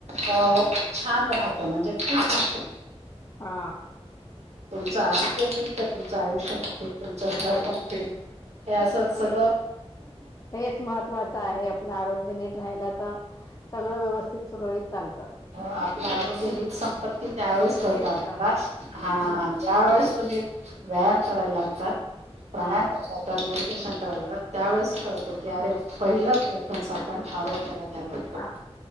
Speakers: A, on the right; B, on the left.
A: अ छान राहतं म्हणजे ठीक
B: हा
A: तुमचं आरोग्य फिट तर तुमचं आयुष्य पण फिट तुमचं
B: हो
A: घर पण फिट. हे असं सगळं
B: ते तेच महत्त्वाचं आहे आपलं आरोग्य नीट राहाला तर सगळं व्यवस्थित सुरळीत चालतं.
A: हो आपलं आरोग्य ह संपत्त त्यावेेळेस करत
B: हेच
A: आपला
B: सम
A: हा
B: नक्की
A: ज्या वेळेस
B: बरोबर
A: तुम्ही व्यायाम करायला लागतात प्रणायम
B: हम्म
A: करायला लागतात निर्देशन करायला लागतात. त्यावेळेस कळत की अरे पहिला प्रेफरन्स आपण आरोग्याला द्याला पाहिजे.
B: आप